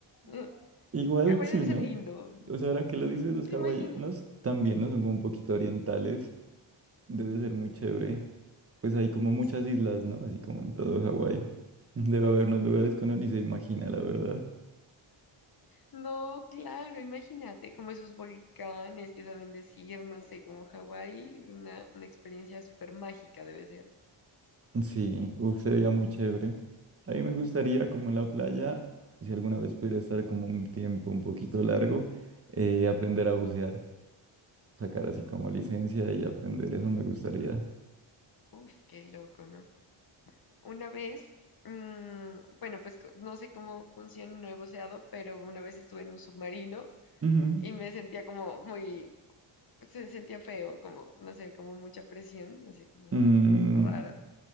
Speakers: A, on the left (about 50°); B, on the right (about 30°).
A: eh,
B: Igual
A: Hawái
B: sí,
A: debe
B: ¿no?
A: ser lindo,
B: O sea, ahora que lo dices, los
A: ¿te
B: hawaianos
A: imaginas?
B: también, ¿no? Son como un poquito orientales, debe ser muy chévere. Pues hay como muchas
A: Sí.
B: islas, ¿no? Así como en todo Hawái. Debe haber unos lugares que uno ni se imagina, la verdad.
A: No, claro, imagínate, como esos volcanes que saben decir, no sé, como Hawái, una, una experiencia súper mágica debe ser.
B: Sí, uf, sería muy chévere. A mí me gustaría, como en la playa, si alguna vez pudiera estar como un tiempo un poquito largo, eh, aprender a bucear, sacar así como licencia y aprender, eso me gustaría.
A: Uf, qué loco, ¿no? Una vez, mm, bueno, pues co- no sé cómo funciona, no he buceado, pero una vez estuve en un submarino
B: Ujú.
A: y me sentía como muy, se sentía feo, como, no sé, como mucha presión, no sé, como
B: Mm,
A: raro.